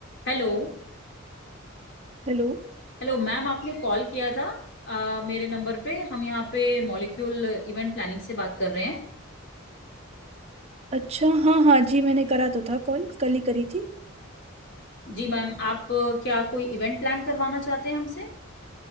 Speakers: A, on the left (about 60°); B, on the right (about 30°).
A: Hello
B: Hello
A: Hello ma'am आपने call किया था अ, मेरे नंबर पे हम यहाँ पे मॉलिक्यूल इवेंट प्लानिंग से बात कर रहे हैं
B: अच्छा हाँ हाँ जी मैंने करा तो था कॉल कल ही करी थी
A: जी मैम आप अ, क्या कोई इवेंट प्लान करवाना चाहते हैं हमसे